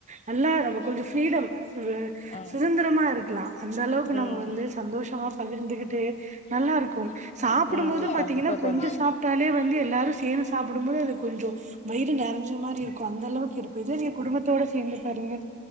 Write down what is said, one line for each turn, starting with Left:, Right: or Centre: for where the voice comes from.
Right: நல்லா நம்ம கொஞ்சம் ஃப்ரீடம் வே
Left: ஆ
Right: சுதந்திரமா இருக்கலா அந்த அளவுக்கு
Left: ம்
Right: நம்ம வந்த சந்தோசமா பகிர்ந்துகிட்டு நல்லா இருக்கும் சாப்பிடும்
Left: ம்
Right: போதும் பாத்தீங்கன்னா
Left: கண்டிப்பா
Right: கொஞ்சோ
Left: தோழி
Right: சாப்டாலே வந்து எல்லாரு சேர்ந்து சாப்புடும் போது அது கொஞ்ஜோ வயிறு நெறஞ்ச மாரி இருக்கூ அந்த அளவுக்கு இருக்கூ இதே நீங்க குடும்பத்தோட சேர்ந்து பாருங்க